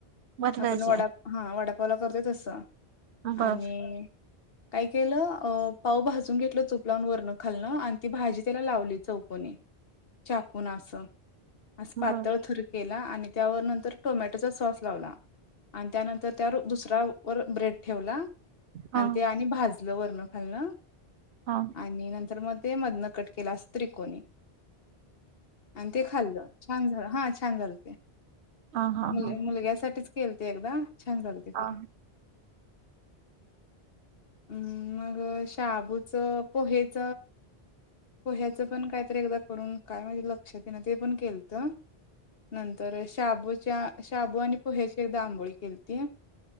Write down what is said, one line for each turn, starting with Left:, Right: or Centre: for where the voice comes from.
Right: बदलायचे
Left: आपण वडा हा वडा करत असं
Right: बर
Left: आणि काय केलं पावभज घेतल चुपलावून वरण खालणं आणि ती भाजी त्याला लावली चौकोनी चाकून असं अस
Right: बर
Left: पातळ थर केला आणि त्यावर नंतर टोमॅटोचा सॉस लावला आणि त्यानंतर त्या दुसऱ्या वर ब्रेड ठेवला. आणि
Right: हा
Left: ते आणि भाजलं वरण <unintelligible>
Right: हा
Left: आणि नंतर मग ते मधनं कटकला स्त्रिकोणी आणि ते खाल्लं छान झालं हा छान छान झालं.
Right: हा हा
Left: मुल
Right: हा हा
Left: मुलग्यासाठीच केलतो अगदा छान जालते
Right: हा
Left: खरा अम् मग शाबूचं पोहेच पोह्याचं पण कायतरी एकदा करून काय म्हणजे लक्षात ये ना ते पण केलत नंतर शाबूच्या शाबू आणि पोह्याची एकदा आंबोळी केलती